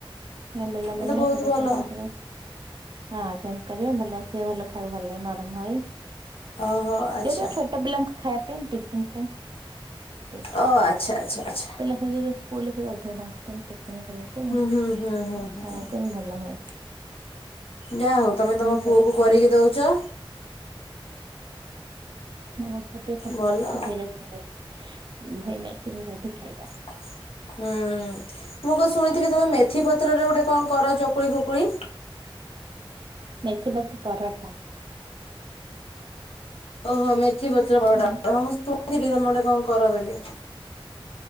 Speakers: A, on the right; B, on the left.
A: ଏ ବେଲା ବେଲନା
B: ଏତ ବହୁତ
A: ସେମିତି
B: ଭଲ।
A: ସେମିତି ହଁ ସେମିତି କରିବେ ଭଲସିବେ ଭଲ ଖାଇବାକୁ ଭଲ ଲାଗେ ନରମ ହୋଇ।
B: ଓହୋ ଆଚ୍ଛା
A: ଏ ଯୋଉ ଛୋଟ ପିଲାଙ୍କ ଖାଇବା ପାଇଁ ଟିଫିନ। ଠିକ୍
B: ଓ ଆଚ୍ଛା ଆଚ୍ଛା ଆଚ୍ଛା
A: ପିଲା ସ ସ୍କୁଲରେ ଯାଉଥିବେ ତାଙ୍କ। ଟିଫନ୍ ଖାଇବାକୁ ଆଉ
B: ହୁଁ ହୁଁ ହୁଁ ହୁଁ ହୁଁ
A: ଖାଇବାକୁ ଭଲ ହୁଏ।
B: ଯାହା ହଉ ତମେ
A: ଟିକେ
B: ତମ ପୁଅ କୁ
A: ଖାଇବା
B: କରିକି ଦଉଛ।
A: ଆମ ପଟେ ସବୁ ଜିନିଷ
B: ଭଲ ଆଉ।
A: ଭେରାଇଟି ଖାଇବା ଭେରାଇଟି ଭେରାଇଟି ଖାଇବା।
B: ହୁଁଉଁ ମୁଁ କଣ ଶୁଣିଥିଲି ତମେ ମେଥି ପତ୍ରରେ ଗୋଟେ କଣ କର ଚକୁଳି ଫକୁଳି?
A: ମେଥିପତ ପରଟା
B: ଓହୋ ମେଥି ପତ୍ର ପରଟା
A: ହୁଁ
B: ହଁ ଶୁଥିଲି ତମେ ଗୋଟେ କଣ କର ବୋଲି